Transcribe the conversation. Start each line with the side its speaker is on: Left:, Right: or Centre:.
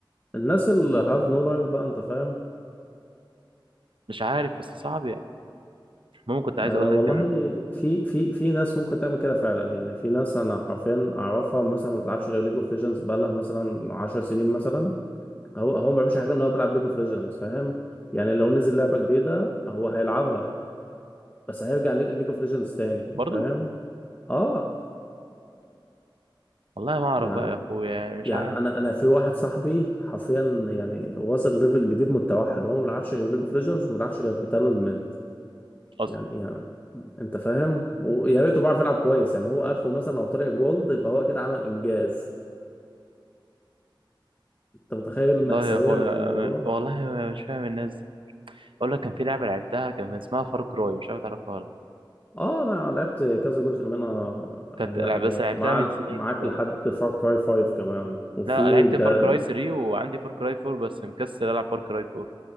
Left: الناس اللي have no life بقى أنت فاهم
Right: مش عارف بس صعب يعني المهم كنت عايز
Left: أه
Right: اقول لك
Left: والله
Right: ان
Left: في في في ناس ممكن تعمل كده فعلا يعني في ناس انا حرفيا اعرفها مثلا ما بتلعبش غير ليج اوف ليجندز بقالها مثلا 10 سنين مثلا هو هو ما بيعملش حاجه غير ان هو بيلعب ليج اوف ليجندز فاهم يعني لو نزل لعبه جديده هو هيلعبها بس هيرجع ليج اوف ليجندز تاني
Right: برضو
Left: فاهم اه
Right: والله ما اعرف
Left: يعني
Right: بقى يا اخويا يعني مش
Left: يعني
Right: عارف
Left: انا انا في واحد صاحبي حرفيا يعني وصل ليفل جديد من التوحد هو ما بيلعبش غير ليج اوف ليجندز وما بيلعبش غير بتالون ميد.
Right: اصلا
Left: يعني يعني انت فاهم ويا ريته بيعرف يلعب كويس يعني هو اخره مثلا لو طلع جولد يبقى هو كده عمل انجاز انت متخيل المأساوية
Right: والله يا اخويا
Left: اللي في الموضوع
Right: والله ما- مش فاهم الناس دي اقول لك كان في لعبه لعبتها كان اسمها فار كراي مش عارف تعرفها ولا لأ.
Left: اه انا لعبت كذا جزء منها
Right: كانت
Left: هي
Right: لعب
Left: هي
Right: بس لعبتها
Left: مع
Right: من سنين
Left: معاك
Right: دي برضه
Left: لحد فار كراي 5 كمان وفي
Right: لا لعبت
Left: ده
Right: فار كراي 3 وعندي فار كراي 4 بس مكسل العب فار كراي 4